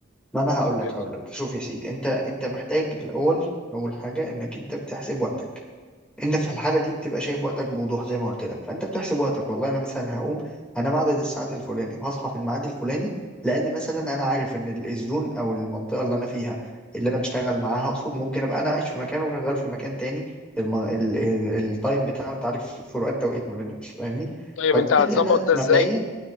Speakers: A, in the centre; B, on the left (about 75°).
A: ما انا هقول لك
B: فاهمني
A: هقول لك شوف يا سيدي انت انت محتاج الاول اول حاجه انك انت بتحسب وقتك انت في الحاله دي بتبقى شايف وقتك بوضوح زي ما قلت لك فانت بتحسب وقتك والله انا مثلا هقوم هنام عدد الساعات الفلاني وهصحى في الميعاد الفلاني لان مثلا انا عارف ان ال- الزون او المنطقه اللي انا فيها اللي انا بشتغل معاها اقصد ممكن ابقى انا عايش في مكان وشغال في مكان تاني الم... ال... ال... التايم بتاع انت عارف في فروقات توقيت ما بينهم مش فاهمني
B: طيب
A: فبالتالي
B: انت هتظبط
A: انا
B: ده
A: مبدئيا
B: ازاي